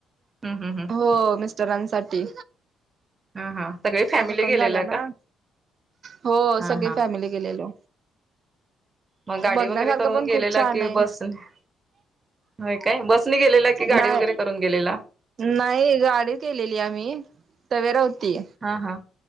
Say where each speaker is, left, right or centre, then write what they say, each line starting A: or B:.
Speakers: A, on the right; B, on the right.
A: हम् हम् हम्
B: हो तरांनसाठी.
A: ह हा सगळी फॅमिली
B: क्काम
A: गेलेला
B: झाल्या ना,
A: का
B: हो
A: हा
B: सगळी फॅमिली गेलेलो.
A: म गाडी
B: बघण्यासारखं
A: वगैरे करून
B: पण खूप
A: गेलेला
B: छान
A: कि
B: आहे
A: बसने? व्हय काय बसनी गेलेला की गाडी
B: नाही
A: वगैरे करून गेलेला?
B: नाही गाडी केलेली आम्ही तवेरा होती.
A: हा हा!